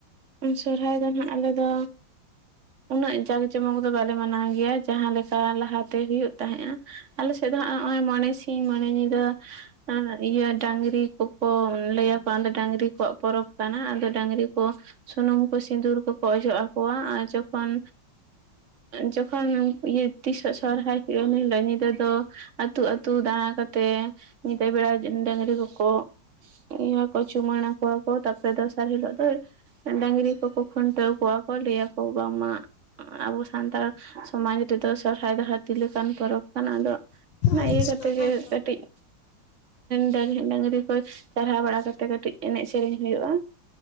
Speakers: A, on the right; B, on the left.
A: ᱥᱚᱨᱦᱟᱭ ᱫᱚ ᱱᱟᱦᱟᱜ ᱟᱞᱮ ᱫᱚ ᱩᱱᱟᱹᱜ ᱡᱟᱸᱠ ᱡᱚᱢᱚᱠ ᱫᱚ ᱵᱟᱞᱮ ᱢᱟᱱᱟᱣ ᱜᱮᱭᱟ ᱡᱟᱦᱟᱸ ᱞᱮᱠᱟ ᱞᱟᱦᱟᱛᱮ ᱦᱩᱭᱩᱜ ᱛᱟᱦᱮᱸᱫᱼᱟ ᱟᱞᱮ ᱥᱮᱫ ᱫᱚ ᱦᱟᱸᱜ ᱱᱚᱜᱼᱚᱭ ᱢᱚᱱᱮ ᱥᱤᱧ ᱢᱚᱱᱮ ᱧᱤᱫᱟᱹ ᱤᱭᱟᱹ ᱰᱟᱝᱨᱤ ᱠᱚᱠᱚ ᱞᱟᱹᱭᱭᱟᱠᱚᱣᱟ ᱰᱟᱹᱟᱝᱨᱤ ᱠᱚᱣᱟᱜ ᱯᱚᱨᱚᱵᱽ ᱠᱟᱱᱟ ᱟᱫᱚ ᱰᱟᱹᱝᱨᱤ ᱠᱚ ᱥᱩᱱᱩᱢ ᱠᱚ ᱥᱤᱸᱫᱩᱨ ᱠᱚᱠᱚ ᱚᱡᱚᱜ ᱟᱠᱚᱣᱟ ᱟᱨ ᱡᱚᱠᱷᱚᱱ ᱡᱚᱠᱷᱚᱱ ᱛᱤᱥᱜ ᱥᱚᱨᱦᱟᱭ ᱦᱩᱭᱩᱜᱼᱟ ᱮᱱ ᱦᱤᱞᱳᱜ ᱧᱤᱫᱟᱹ ᱫᱚ ᱟᱹᱛᱩ ᱟᱹᱛᱩ ᱫᱟᱬᱟ ᱠᱟ ᱠᱟᱛᱮᱫ ᱧᱤᱫᱟᱹ ᱵᱮᱲᱟ ᱰᱟᱹᱟᱝᱨᱤ ᱠᱚᱠᱚ ᱤᱭᱟᱹ ᱠᱚ ᱪᱩᱢᱟᱹᱲᱟ ᱠᱚᱣᱟ ᱠᱚ ᱛᱟᱨᱯᱚᱨᱮ ᱫᱚᱥᱟᱨ ᱦᱤᱞᱚᱜ ᱫᱚ ᱰᱟᱹᱟᱝᱨᱤ ᱠᱚᱠᱚ ᱠᱷᱩᱱᱴᱟᱹᱣ ᱠᱚᱣᱟ ᱠᱚ ᱞᱟᱹᱭᱟᱠᱚ ᱵᱟᱝᱢᱟ ᱟᱵᱚ ᱥᱟᱱᱛᱟᱲ ᱥᱚᱢᱟᱡᱽ ᱨᱮᱫᱚ ᱥᱚᱨᱦᱟᱭ ᱫᱚᱟᱹᱛᱤ ᱞᱮᱠᱟᱱ ᱯᱚᱨᱚᱵᱽ ᱠᱟᱱᱟ ᱟᱫᱚ ᱚᱱᱟ
B: ᱟᱪᱪᱷᱟ
A: ᱤᱭᱟᱹ ᱠᱟᱛᱮᱜ ᱜᱤ
B: ᱦᱮᱸ ᱛᱚ
A: ᱠᱟᱹᱴᱤᱡ ᱰᱟᱹᱝᱨᱤ ᱠᱚ ᱪᱟᱨᱦᱟᱣ ᱵᱟᱲᱟ ᱠᱟᱛᱮ ᱠᱟᱹᱴᱤᱡ ᱮᱱᱮᱡ ᱥᱮᱨᱮᱧ ᱦᱩᱭᱩᱜᱼᱟ